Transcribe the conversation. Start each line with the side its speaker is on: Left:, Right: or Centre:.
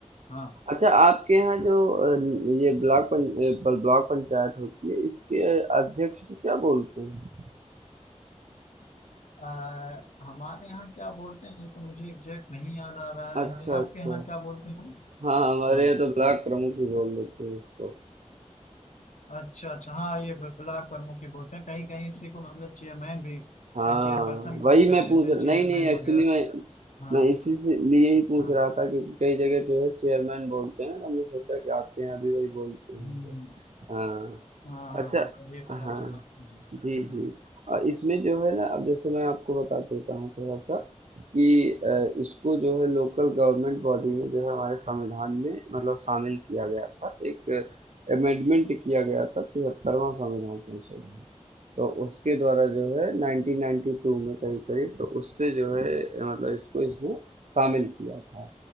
Left: हाँ
Right: अच्छा आपके यहाँ जो अ, ये ब्लॉक पं, अ, ब- ब्लॉक पंचायत होती है इसके अध्यक्ष को क्या बोलते हैं
Left: अ, हमारे यहाँ क्या बोलते हैं ये तो मुझे एग्जैक्ट नहीं याद आ रहा
Right: अच्छा
Left: है
Right: अच्छा
Left: आपके यहाँ क्या बोलते हैं
Right: हाँ हमारे
Left: हाँ
Right: यहाँ तो ब्लॉक प्रमुख ही बोल देते हैं इसको
Left: अच्छा अच्छा हाँ ये ब- ब्लॉक प्रमुख ही बोलते हैं कहीं कहीं इसी को मतलब चेयरमैन भी
Right: हाँ
Left: चेयरपर्सन लोग
Right: वही
Left: कहते
Right: मैं पूछ
Left: थे
Right: रहा
Left: चेयरमैन
Right: नहीं नहीं
Left: वगैरह
Right: एक्चुअली मैं
Left: हाँ
Right: मैं इसी से लिए ही पूछ
Left: हाँ
Right: रहा था क्योंकि कई जगह जो है चेयरमैन बोलते हैं तो हमने सोचा कि आपके यहाँ भी वही बोलते होंगे
Left: हम्म,
Right: हाँ
Left: हाँ हाँ
Right: अच्छा
Left: मतलब ये पता
Right: हाँ,
Left: चला मुझे
Right: जी,
Left: हम्म।
Right: जी। अ, इसमें जो है ना अब जैसे मैं आपको बता देता हूँ थोड़ा-सा कि अ, इसको जो है लोकल गवर्नमेंट बॉडी में जो है हमारे संविधान में मतलब शामिल किया गया था। एक अमेंडमेंट किया गया था 73वां संविधान संशोधन। तो उसके द्वारा जो है 1992 में करीब करीब तो उससे जो है मतलब इसको इसमें शामिल किया था